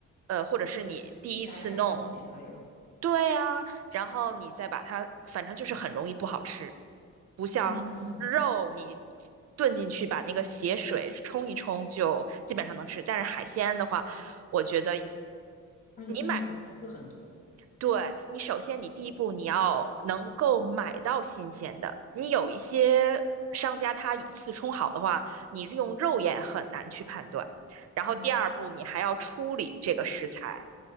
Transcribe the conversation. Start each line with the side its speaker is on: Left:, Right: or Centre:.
Right: 呃，或者是你第一次弄，
Left: 感染风险还有
Right: 对呀，然后你再把它，反正就是很容易不好吃，不像肉你
Left: 嗯，
Right: 炖进去把那个血水冲一冲就基本上能吃，但是海鲜的话，我觉得
Left: 而且它那种刺很多。
Right: 你买，对，你首先你第一步你要能够买到新鲜的，你有一些。商家他以次充好的话，你用肉眼很难去判断。然后第二步，
Left: 嗯
Right: 你还要处理这个食材，